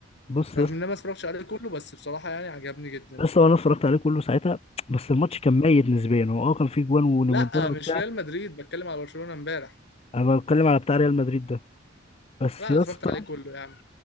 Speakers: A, on the left; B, on the left.
A: بص
B: رغم
A: يا اسطى
B: ان انا ما اتفرجتش عليه كله بس بصراحة يعني عجبني جدا
A: يا اسطى انا اتفرجت عليه كله ساعتها بس الماتش كان ميت نسبيا هو اه كان فيه جوان وريمونتادا
B: لا
A: وبتاع
B: مش ريال مدريد بتكلم على برشلونة امبارح
A: انا بتكلم على بتاع ريال مدريد ده بس
B: لا أنا
A: يا
B: اتفرجت
A: اسطى
B: عليه كله يعني